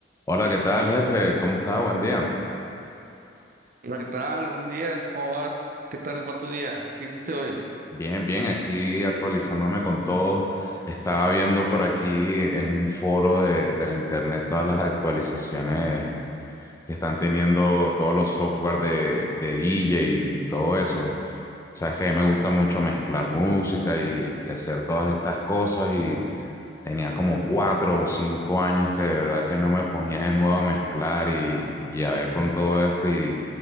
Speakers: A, on the left (about 15°); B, on the right (about 50°).
A: Hola, ¿qué tal, jefe? ¿Cómo está? Buen día.
B: Hola, ¿qué tal? Buenos días, ¿cómo vas? ¿Qué tal va tu día? ¿Qué hiciste hoy?
A: Bien, bien, aquí actualizándome con todo. Estaba viendo por aquí en un foro de, de la internet todas las actualizaciones que están teniendo todos los software de, de DJ y, y todo eso. Sabes que a mí me gusta mucho mezclar música y, y hacer todas estas cosas y, tenía como cuatro o cinco años que de verdad que no me ponía de nuevo a mezclar y, y a ver con todo esto y,